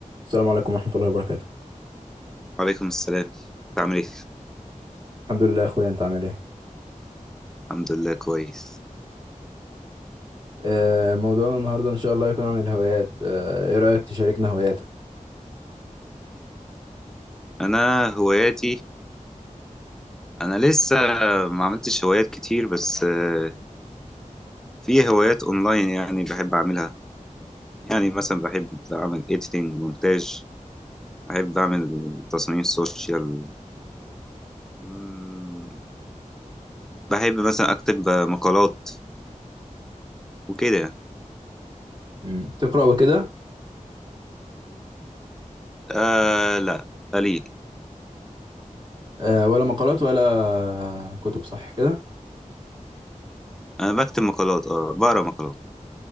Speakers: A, on the right; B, in the centre.
A: السلام عليكم ورحمة الله وبركاته
B: وعليكم السلام انت عامل ايه
A: الحمد لله يا اخويا انت عامل ايه
B: الحمد لله كويس
A: آه، موضوعنا النهاردة ان شاء الله يكون عن الهوايات آه، ايه رأيك تشاركنا هواياتك
B: انا هواياتي انا لسه ما عملتش هوايات كتير بس آه، في هوايات اونلاين يعني بحب اعملها يعني مثلا بحب اعمل ايديتنج مونتاج بحب اعمل تصميم سوشيال مم، بحب مثلا اكتب مقالات وكده
A: مم، بتقرأ وكده
B: آه لا قليل
A: آه، ولا مقالات ولا كتب صح كده
B: انا بكتب مقالات اه بقرا مقالات